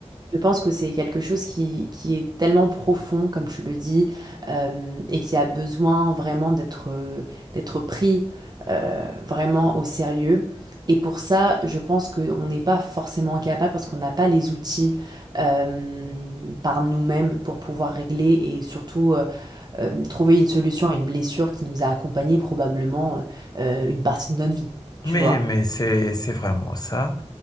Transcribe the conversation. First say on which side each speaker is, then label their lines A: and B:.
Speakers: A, on the right (about 35°); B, on the left (about 35°).
A: je pense que c'est quelque chose qui, qui est tellement profond, comme tu le dis, euh, et qui a besoin vraiment d'être euh, d'être pris euh, vraiment au sérieux. Et pour ça, je pense qu'on n'est pas forcément capable parce qu'on n'a pas les outils euh, par nous-mêmes pour pouvoir régler et surtout euh, euh, trouver une solution à une blessure qui nous a accompagnés probablement euh, euh, une partie de notre vie, tu
B: Mais,
A: vois?
B: mais c'est, c'est vraiment ça.